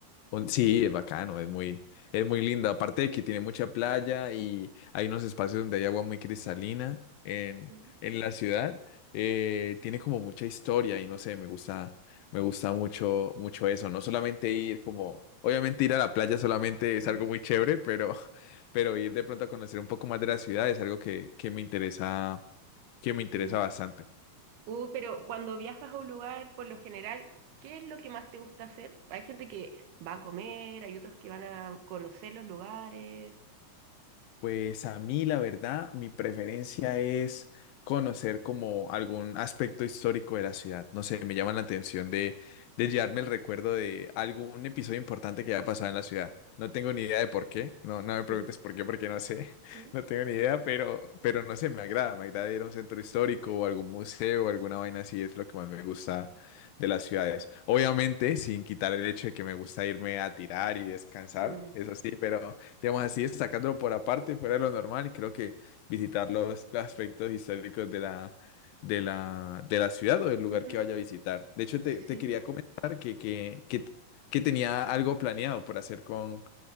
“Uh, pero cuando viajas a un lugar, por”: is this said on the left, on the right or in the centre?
Right